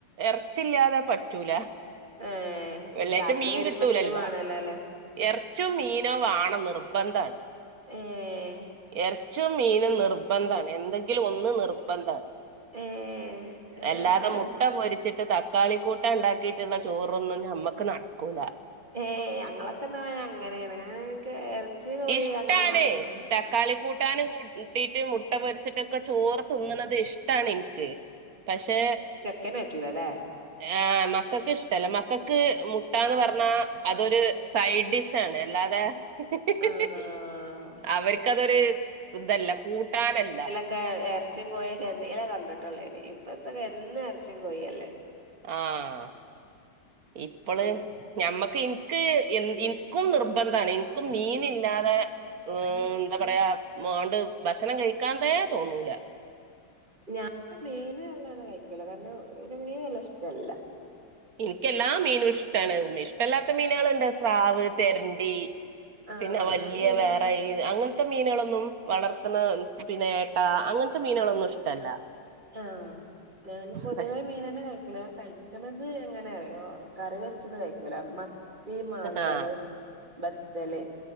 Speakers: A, on the right; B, on the right.
A: ഇറച്ചില്ലാതെ പറ്റ റ്റൂല
B: ഏഹ്
A: വെള്ളിയാഴ്ച
B: രാത്രി
A: മീൻ
B: വരുമ്പോ
A: കിട്ടൂലല്ല
B: എന്തേലും വേണല്ലോ അല്ലേ
A: എറച്ചും മീനോ വാണം നിർബന്ധമാണ്
B: ഏഹ്
A: എറച്ചും മീനും നിർബന്ധമാണ് എന്തെങ്കിലും ഒന്ന് നിർബന്ധമാണ്
B: ഏഹ് ഏഹ്
A: അല്ലാതെ മു മുട്ട പൊരിച്ചിട്ട് തക്കാളി കൂട്ടാൻ ഉണ്ടാക്കിയിട്ടുള്ള ചോറൊന്നും ഞമ്മുക്ക് നട ക്കൂല
B: ഏഹ് ഞങ്ങളൊക്കെ ന്നാ അങ്ങനെയാണ് ഞങ്ങക്ക് എറച്ചി കോഴി
A: ഇഷ്ടാണ്
B: അങ്ങനെ വേണം തരും ഉം
A: കാളി കൂട്ടാനും കൂട്ടിട്ടും മുട്ട പൊരിച്ചിട്ടൊക്കെ ചോറ് തിന്നണത് ഇഷ്ടാണ് എനിക്ക് പക്ഷെ
B: വെക്കാനെ പറ്റു ലാല്ലേ
A: ആഹ് മക്കൾക്ക് ഇഷ്ടല്ല മക്കക്ക് മുട്ടന്ന് പറഞ്ഞാ അതൊരു സൈഡ് ഡിഷ് ആണ് അല്ലാതെ ഇഹ്
B: ആഹ്
A: അവർക്കതൊരു ഇതല്ല കൂട്ടാനല്ല
B: ഒക്കെ ഇറച്ചിയും കോഴൊ കെന്നീന കണ്ടിട്ടുള്ളേ ഇന് ഇപ്പത്തക്കെ എന്ന ഇറച്ചിയും കോഴി അല്ലേ
A: ആഹ് ഇപ്പള്
B: ഏഹ്
A: ഞമ്മക്ക് എനിക്ക് എ എനിക്കും നിർബന്ധമാണ് എനിക്കും മീനി ല്ലാതെ മ് എന്താ പറയാ മോണ്ട് ഭക്ഷണം കഴിക്കാനേ തോന്നൂല
B: ഞാന് മീന് വല്ലാണ്ട് കഴിക്കൂല കാരണം മീന് വലു ഇഷ്ടല്ല
A: എനിക്കെല്ലാ മീനും ഇഷ്ടമാണ് ഇഷ്ടമല്ലാത്ത മീനുകളുണ്ട് സ്രാവ് തെരണ്ടി
B: ആഹ്
A: പിന്നെ വല്യയ
B: ഞാനും മീനങ്ങനെ
A: വേറെ
B: കഴി
A: അങ്ങനത്തെ മീനുകളൊന്നും വളർത്തുന്ന പിന്നെ ഏട്ടാ അങ്ങനത്തെ മീനുകളൊന്നും ഇഷ്ടല്ല
B: ആഹ് ഞാന് പൊതുവേ
A: പക്ഷെ
B: മീന ന്നെ കഴി നമ്മള്കഴിക്കണത് എങ്ങനെ അറിയോ കറി വെച്ചത് കഴിക്കൂല മ തീ മാന്തള്
A: ആ
B: ബത്തല്